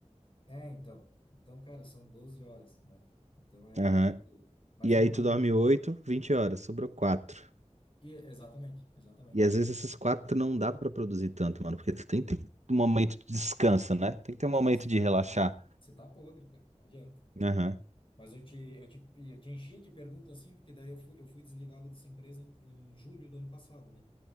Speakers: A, on the left (about 45°); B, on the right (about 70°).
A: É, então. Então, cara, são 12 horas, né? Então é,
B: Aham.
A: é muito. Mas
B: E
A: eu.
B: aí
A: Mas,
B: tu dorme oito, 20 horas, sobrou quatro.
A: e- exatamente, exatamente.
B: E às vezes esses quatro não dá pra produzir tanto, mano, porque tu tem que ter um momento de descanso, né? Tem que ter um
A: Não,
B: momento
A: você
B: de relaxar.
A: você tá podre, cara. Não adianta.
B: Aham.
A: né? Mas eu te, eu te, eu te enchi de pergunta assim, porque daí eu fui, eu fui desligado dessa empresa em, em julho do ano passado, né?